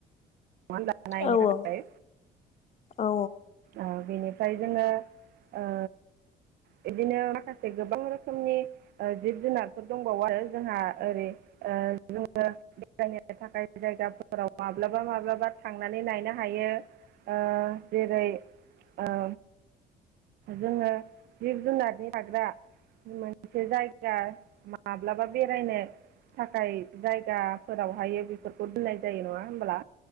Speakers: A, on the right; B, on the left.
A: नङा होमबा नायनो
B: औ
A: थाखाय।
B: औ औ
A: ओ बेनिफ्राय जोङो ओ, बिदिनो माखासे गोबां रोखोमनि जिब जुनारफोर दंबावो जोंहा ओरै ओ जोङो बेरायनो थाखाय जायगाफोराव माब्लाबा माब्लाबा बा थांनानै लायनो हायो ओ जेरै ओ जोङो जिब जुनारनि थाग्रा मोनसे जायगा माब्लाबा बेरायनो। थाखाय जायगाफोरावहायो बेफोरखौ दोननाय जायो नङा होमब्ला?